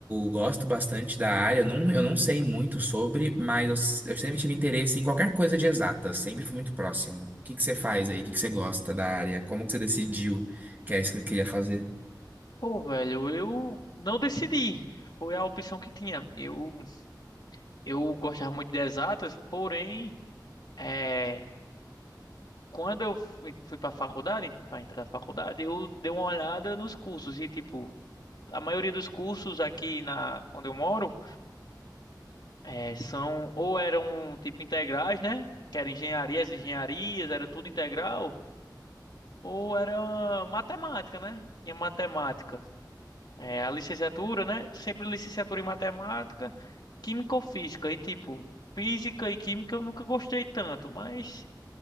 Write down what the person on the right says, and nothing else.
gosto bastante da área, eu não, eu não sei muito sobre, mas eu, s- eu sempre tive interesse em qualquer coisa de exata, sempre fui muito próximo. O que que você faz aí? O que que você gosta da área? Como que você decidiu que era isso que eu queria fazer?